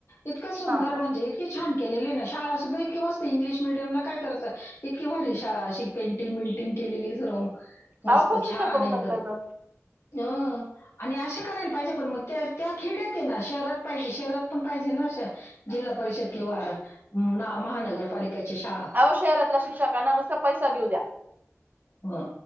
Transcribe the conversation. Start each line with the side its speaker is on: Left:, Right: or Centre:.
Left: इतकं सुंदर
Right: हा
Left: म्हणजे इतकी छान केलेली ना शाळा सुद्धा इतकी मस्त इंग्लिश मिडियमला काय करतं इतकी भारी शाळा अशी पेंटिंग विंटिंग केलेली सर्व
Right: अहो
Left: मस्त
Right: खूप सुंदर
Left: छान
Right: करून
Left: एकदम
Right: टाकलंय ग.
Left: अ आणि अशा करायला पाहिजे, पण मग त्या त्या खेड्यात आहे ना, शहरात पाहिजे शहरात पण पाहिजे ना, अशा जिल्हा परिषद किंवा ना महानगरपालिकेची शाळा
Right: अहो शहरातल्या शिक्षकांना नुसत पैसा घेऊ द्या
Left: हं